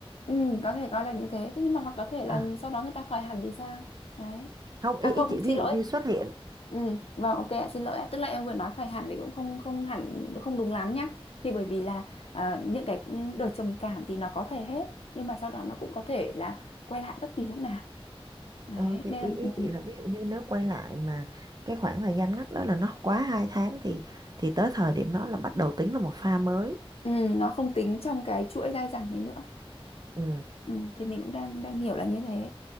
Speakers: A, on the left; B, on the right.
A: Ừ, có thể coi là như thế. Thế nhưng mà hoặc có thể là
B: À,
A: sau đó người ta khởi hẳn thì sao? Đấy.
B: không
A: À
B: ý ý
A: không,
B: chị
A: xin
B: ví dụ
A: lỗi.
B: như xuất hiện
A: Ừ, vâng ok ạ, xin lỗi ạ. Tức là em vừa nói khởi hẳn thì cũng không không hẳn không đúng lắm nhá. Thì bởi vì là à, những cái đợt trầm cảm thì nó có thể hết nhưng mà sau đó nó cũng có thể là quay lại bất kỳ lúc nào. Đấy,
B: ừ thì
A: đây
B: ý
A: là
B: ý
A: ừ,
B: chị là ví dụ như nếu quay lại mà cái khoảng thời gian ngắt đó là nó quá hai tháng thì thì tới thời điểm đó là bắt đầu tính là một pha mới.
A: ừ, nó không tính trong cái chuỗi dai dẳng đấy nữa.
B: Ừ,
A: Ừ, thì mình cũng đang đang hiểu là như thế.